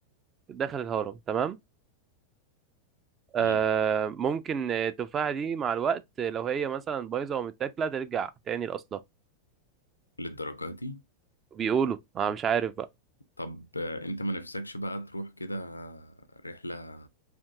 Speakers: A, on the right; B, on the left.
A: داخل الهرم تمام آه
B: مم.
A: ممكن آه، التفاحة دي مع الوقت آه، لو هي مثلا بايظة ومتاكلة ترجع تاني لأصلها
B: للدرجة دي
A: بيقولوا انا مش عارف بقى
B: طب آه، انت ما نفسكش بقى تروح كده رحلة